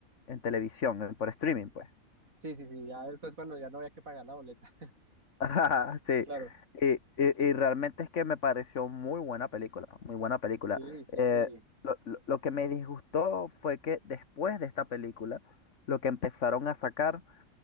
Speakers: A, on the left (about 60°); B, on the right (about 80°).
A: en televisión, en- por streaming, pues.
B: sí, sí, sí, ya después cuando ya no había que pagar la boleta,
A: <laughs> Sí,
B: <laughs> claro.
A: y, y- y realmente es que me pareció muy buena película, muy buena película.
B: Sí, sí,
A: Eh,
B: sí,
A: lo, lo- lo que me disgustó fue que después de esta película, lo que empezaron a sacar,